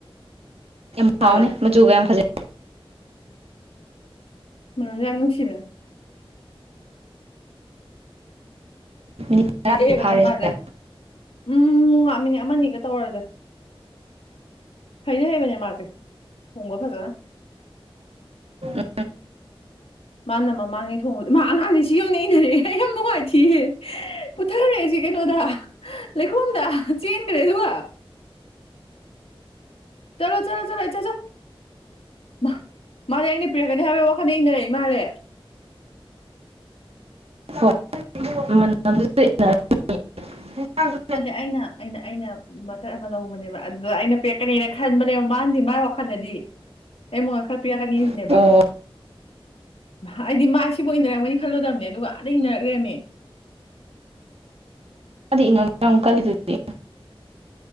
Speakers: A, on the right; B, on the left.
A: ꯌꯥꯝ
B: ꯍꯥꯎꯋꯦ
A: ꯍꯥꯎꯅꯤ ꯃꯆꯨꯒ ꯌꯥꯝ ꯐꯖꯩ
B: ꯃꯅꯝ ꯁꯨ ꯌꯥꯝ ꯅꯨꯡꯁꯤꯕꯥꯅꯦ
A: ꯃꯤꯅꯤꯠ ꯇꯔꯥꯗꯤ
B: ꯃꯩꯇꯩꯩ ꯑꯣꯏꯕꯗꯨꯅꯦ
A: ꯐꯥꯔꯦ
B: ꯃꯥꯁꯦ
A: ꯁꯤꯗ
B: ꯎꯝ ꯉꯥ ꯃꯤꯅꯤꯠ ꯑꯃ ꯑꯅꯤꯒ ꯇꯧꯔꯁꯦ ꯍꯩꯗꯤ ꯍꯩꯕꯅꯦ ꯃꯥꯁꯦ ꯍꯣꯡꯕ ꯐꯖꯟꯅ
A: ꯎꯝ
B: ꯃꯥꯅ ꯃꯃꯥꯡꯉꯩ ꯊꯣꯡꯕꯗ ꯃꯥ ꯑꯉꯥꯡꯁ ꯁꯤ ꯌꯧꯅ ꯏꯅꯔꯦꯛꯌꯦ ꯍꯦ ꯑꯩ ꯌꯥꯝ ꯅꯨꯡꯉꯥꯏ ꯊꯤ ꯍꯦ ꯄꯨꯠꯊꯔꯦꯁꯤ ꯀꯩꯅꯣꯗ ꯍꯥ ꯂꯩꯈꯣꯝꯗ ꯆꯦꯟꯈ꯭ꯔꯦ ꯑꯗꯨꯒ ꯇꯂꯣ ꯆꯂꯣ ꯆꯂꯣ ꯏꯆꯥ ꯆꯣ ꯃꯥ ꯃꯥꯖꯦ ꯑꯩꯅ ꯄꯤꯔꯛꯀꯅꯤ ꯍꯥꯏꯕꯒꯤ ꯋꯥꯈꯜꯗ ꯏꯩꯅꯔꯛꯏ ꯃꯥꯜꯂꯦ
A: ꯍꯣꯏ <inaudible>
B: ꯗꯦ ꯑꯩꯅ ꯑꯩꯅ ꯑꯩꯅ ꯃꯇꯠ ꯑꯃ ꯂꯧꯕꯅꯦꯕ ꯑꯗꯨꯗ ꯑꯩꯅ ꯄꯔꯛꯀꯅꯦꯅ ꯈꯟꯕꯅꯦꯕ ꯃꯥꯗꯤ ꯃꯥꯏ ꯋꯥꯈꯜꯗꯗꯤ ꯑꯦ ꯃꯉꯣꯟꯗꯥ ꯈ꯭ꯔꯥ ꯄꯤꯔꯛ ꯀꯥꯅꯤ ꯁꯤꯅꯦꯕꯥ
A: ꯑꯣ
B: ꯃꯍ ꯑꯩꯗꯤ ꯃꯥ ꯑꯁꯤꯐꯥꯎ ꯏꯅꯔꯛꯃꯅꯤ ꯈꯜꯂꯨꯗꯕꯅꯦ ꯑꯗꯨꯒ ꯑꯗꯏ ꯏꯟꯔꯛ ꯂꯩꯔꯃꯦ
A: ꯃꯗꯤ ꯏꯪ ꯉꯥꯡ ꯗ ꯌꯥꯝ ꯀꯜꯂꯤꯗꯨꯗꯤ